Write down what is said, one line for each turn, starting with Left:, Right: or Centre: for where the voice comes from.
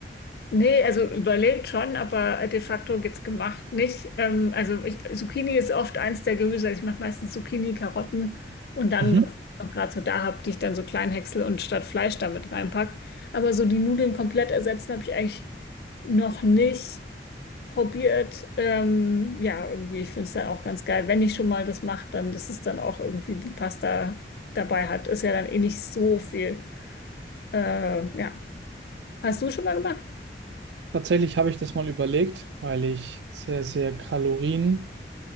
Left: Nee, also überlegt schon, aber de facto jetzt gemacht nicht. Ähm, also ich, Zucchini ist oft eins der Gemüse. Also ich mache meistens Zucchini, Karotten und dann,
Right: Mhm.
Left: was ich noch gerade so da habe, die ich dann so klein häcksel und statt Fleisch damit reinpack. Aber so die Nudeln komplett ersetzen habe ich eigentlich noch nicht probiert. Ähm, ja, irgendwie, ich finde es dann auch ganz geil. Wenn ich schon mal das mache, dann, dass es dann auch irgendwie die Pasta dabei hat. Ist ja dann eh nicht so viel. Äh, ja. Hast du schon mal gemacht?
Right: Tatsächlich habe ich das mal überlegt, weil ich sehr, sehr kalorienarm